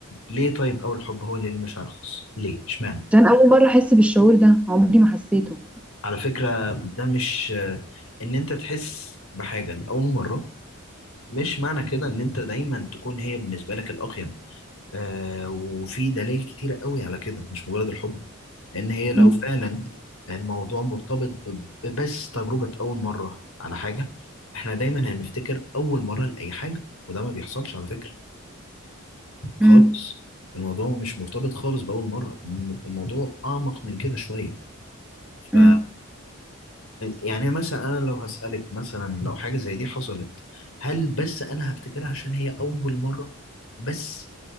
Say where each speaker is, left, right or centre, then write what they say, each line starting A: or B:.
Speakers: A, on the left (about 75°); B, in the centre.
A: ليه طيب اول حب هو اللي ليه مشاعر خاصه ليه اشمعنى
B: عشان أول مرة أحس بالشعور ده عمري ما حسيته
A: على فكرة ده مش إن أنت تحس بحاجة لأول مرة مش معنى كده إن أنت دايما تكون هي بالنسبة لك الأقيم آه وفي دلائل كتيرة قوي على كده مش مجرد الحب إن هي لو
B: مم.
A: فعلا الموضوع مرتبط ب- ببس تجربة أول مرة على حاجة إحنا دايما هنفتكر أول مرة لأي حاجة وده ما بيحصلش على فكرة
B: مم.
A: خالص الموضوع مش مرتبط خالص بأول مرة الم- الموضوع أعمق من كده شوية ف
B: مم.
A: يعني مثلا انا لو هسألك مثلا لو حاجة زي دي حصلت هل بس انا هفتكرها عشان هي اول مرة بس